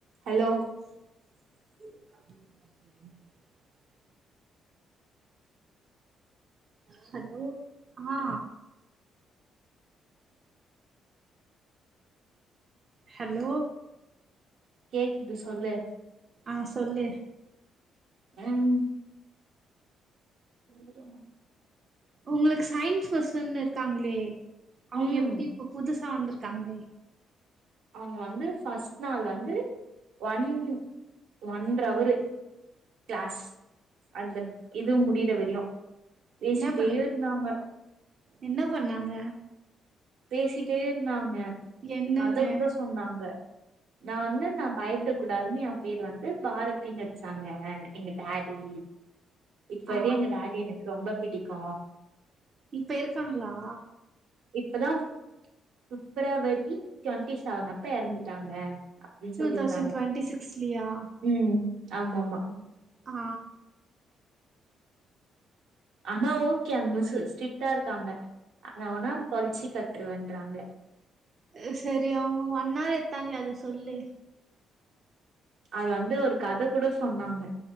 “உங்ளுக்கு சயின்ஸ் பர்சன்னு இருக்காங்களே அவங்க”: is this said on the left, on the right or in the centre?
Right